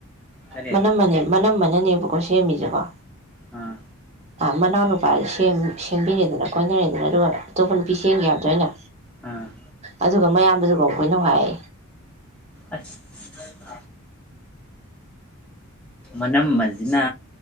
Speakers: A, in the centre; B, on the right.
A: ꯀꯔꯤ
B: ꯃꯅꯝꯃꯅꯦ ꯃꯅꯝꯃ ꯅꯥꯅꯦꯕꯥꯀꯣ ꯁꯦꯝꯃꯤꯁꯦꯀꯣ
A: ꯑꯥ
B: ꯃꯅꯥꯎ ꯅꯨꯄꯥꯁꯦ ꯁꯦꯝ ꯁꯦꯝꯕꯤꯔꯦꯗꯅ ꯀꯣꯏꯅꯔꯦꯗꯅ ꯑꯗꯨꯒ ꯑꯇꯣꯞꯄ ꯅꯨꯄꯤ ꯆꯦꯟꯒꯤ ꯌꯥꯕꯗꯣ ꯑꯩꯅꯥ
A: ꯑꯥ
B: ꯑꯗꯨꯒ ꯃꯌꯥꯝꯕꯗꯨ ꯀꯣꯏꯅꯧ ꯍꯥꯏ
A: ꯑꯁ ꯃꯅꯝꯃꯁꯤꯅꯥ